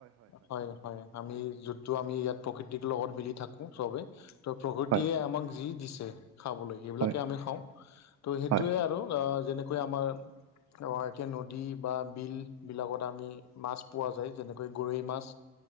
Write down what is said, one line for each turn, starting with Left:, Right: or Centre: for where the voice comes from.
Left: হয়', হয় ', আমি যিটো আমি ইয়াত প্ৰকৃতিৰ লগত বিল থাকো চবেই ত' প্ৰকৃতিয়ে
Right: হয়
Left: আমাক যি দিছে খাবলৈ সেইবিলাকে
Right: হয়
Left: আমি খাওঁ ত' সেইটোৱে
Right: হয়
Left: আৰু অহ যেনেকৈ আমাৰ অহ, এতিয়া নদী বা বিলবিলাকত আমি মাছ পোৱা যায় যেনেকৈ গৰৈ মাছ